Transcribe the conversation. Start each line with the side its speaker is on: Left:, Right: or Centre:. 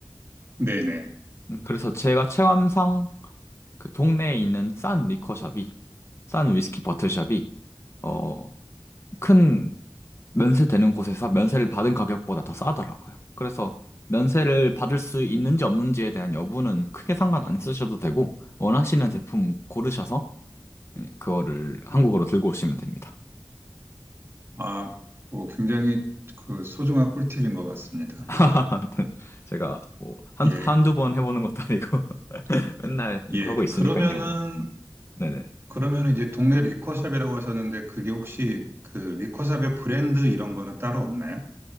Right: 네네.
Left: 음, 그래서 제가 체감상 그 동네에 있는 싼 리커샵이, 싼 위스키 버틀샵이, 어, 큰 면세되는 곳에서 면세를 받은 가격보다 더 싸더라고요. 그래서 면세를 받을 수 있는지 없는지에 대한 여부는 크게 상관 안 쓰셔도 되고, 원하시는 제품 고르셔서 그거를 한국으로 들고 오시면 됩니다.
Right: 아, 그 굉장히 그 소중한 꿀팁인 것 같습니다.
Left: <laughs> 네, 제가 뭐 한,
Right: 예.
Left: 한두 번 해보는 것도 아니고 <laughs> 맨날 이거
Right: 예.
Left: 하고 있으니까요,
Right: 그러면은
Left: 뭐. 네네.
Right: 그러면 이제 동네 리커샵이라고 하셨는데 그게 혹시 그 리커샵의 브랜드 이런 거는 따로 없나요?